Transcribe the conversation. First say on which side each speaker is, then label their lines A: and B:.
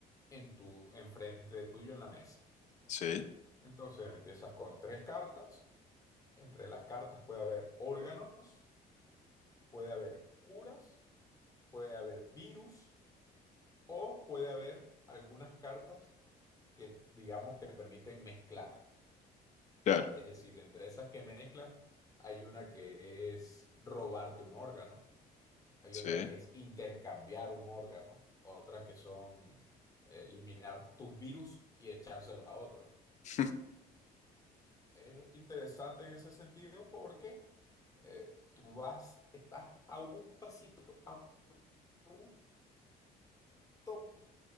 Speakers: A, on the left; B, on the left.
A: en tu, enfrente de tuyo en la mesa.
B: sí,
A: Entonces empiezas con tres cartas. Entre las cartas puede haber órganos, puede haber curas, puede haber virus o puede haber algunas cartas que, digamos, te permiten mezclar.
B: claro,
A: Es decir, entre esas que mezclan, hay una que es robarte un órgano, hay
B: sí,
A: otra que es intercambiar un órgano, otras que son eh, eliminar tus virus y echárselos a otros.
B: <laughs>
A: Es interesante en ese sentido porque eh, tú vas, estás a un pasito, a un toque,